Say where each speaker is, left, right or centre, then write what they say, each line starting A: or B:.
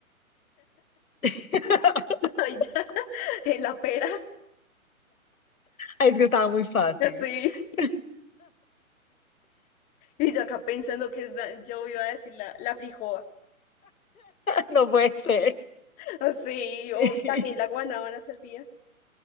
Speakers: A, on the left; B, on the left.
A: <laughs>
B: <laughs> Ay, ya, en la pera.
A: Ay, es que estaba muy fácil.
B: <laughs> Así.
A: <laughs>
B: Y yo acá pensando que es la- yo iba a decir la, la frijoa.
A: No puede ser.
B: <laughs> Así.
A: <laughs>
B: O también la guanábana servía.